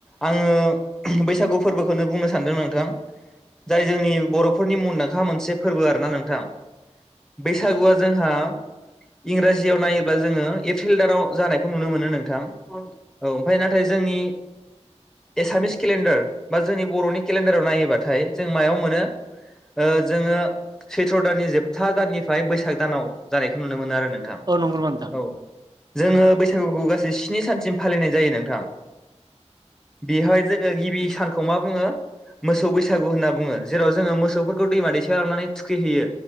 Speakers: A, in the centre; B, on the right.
A: आङो बैसागु फोरबोखोनो बुंनो सान्दों नोंथां जाय जोंनि बर'फोरनि मुंदांखा मोनसे फोरबो आरो ना नोंथां बैसागुआ जोंहा इंराजियाव नायोब्ला जोङो एप्रिल दानाव जानायखौ नुनो मोनो नोंथां औ ओमफ्राय नाथाय जोंनि एसामिस केलेन्डार बा जोंनि बर'नि केलेन्डाराव नायोबाथाय जों मायाव मोनो ओ जोङो सैथ्र दाननि जोबथा दाननि फाय बैसाग दानाव जानायखो नुनो मोनो आरो नोंथां
B: औ नंगौ नामा नोंथां?
A: औ जोङो बैसागुखौ गासै स्नि सानसिम फालिनाय जायो नोंथां बेहाय जोङो गिबि सान खौ मा बुङो मोसौ बैसागु होनना बुङो जेराव जो मोसौफोर खौ दैमा दैसायाव लांनानै थुखैहोयो